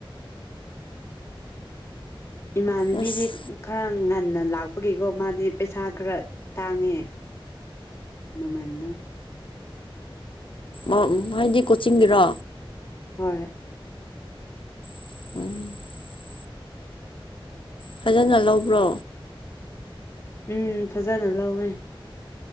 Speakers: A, on the left; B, on the left.
A: ꯏꯃꯥꯟꯅꯕꯤꯗꯤ
B: ꯑꯁ
A: ꯈꯔ ꯉꯟꯅ ꯂꯥꯛꯄꯒꯤꯀꯣ ꯃꯥꯗꯤ ꯄꯩꯁꯥ ꯈꯔ ꯇꯥꯡꯉꯦ ꯃꯃꯟꯗꯣ
B: ꯑꯣ ꯍꯥꯏꯗꯤ ꯀꯣꯆꯤꯡꯒꯤꯔꯣ
A: ꯍꯣꯏ
B: <inaudible> ꯐꯖꯅ ꯂꯧꯕ꯭ꯔꯣ
A: ꯎꯝ ꯐꯖꯅ ꯂꯧꯋꯦ